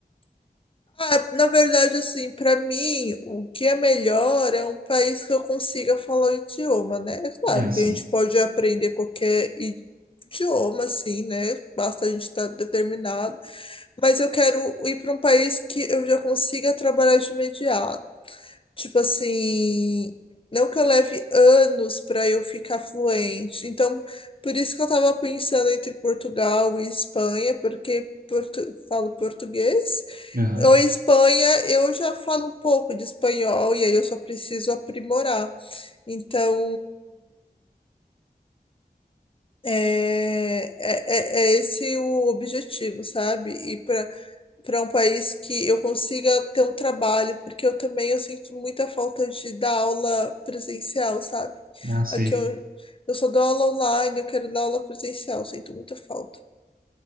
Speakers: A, on the left (about 35°); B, on the right (about 60°).
A: Ah, na verdade, assim, para mim, o que é melhor é um país que eu consiga falar o idioma, né? É claro
B: É assim.
A: que a gente pode aprender qualquer i- idioma, assim, né? Basta a gente estar determinado. Mas eu quero ir para um país que eu já consiga trabalhar de imediato Tipo assim, não que eu leve anos para eu ficar fluente. Então, por isso que eu tava pensando entre Portugal e Espanha, porque portu- falo português.
B: Aham.
A: Ou Espanha, eu já falo um pouco de espanhol e aí eu só preciso aprimorar. Então, é, é, é é esse o objetivo, sabe? E para para um país que eu consiga ter um trabalho, porque eu também eu sinto muita falta de dar aula presencial, sabe?
B: Ah, sei.
A: Aqui eu, eu só dou aula online, eu quero dar aula presencial, sinto muita falta.